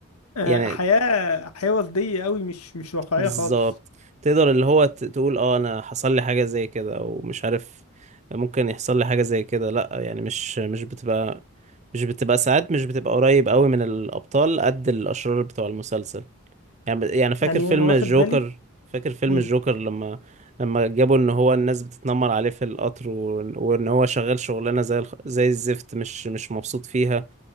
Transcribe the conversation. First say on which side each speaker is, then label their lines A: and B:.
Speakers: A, on the left (about 80°); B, on the right (about 30°).
A: آه،
B: يعني
A: حياة حياة وردية قوي مش مش واقعية
B: بالظبط
A: خالص
B: تقدر اللي هو ت- تقول اه انا حصل لي حاجة زي كده او مش عارف ممكن يحصل لي حاجة زي كده لا يعني مش مش بتبقى مش بتبقى ساعات مش بتبقى قريب قوي من الابطال قد الاشرار بتوع المسلسل يعني يعني فاكر
A: يعني
B: فيلم
A: انا واخد
B: الجوكر
A: بالي
B: فاكر فيلم
A: مم.
B: الجوكر لما لما جابوا ان هو الناس بتتنمر عليه في القطر وان وإن هو شغال شغلانة زي الخ... زي الزفت مش مش مبسوط فيها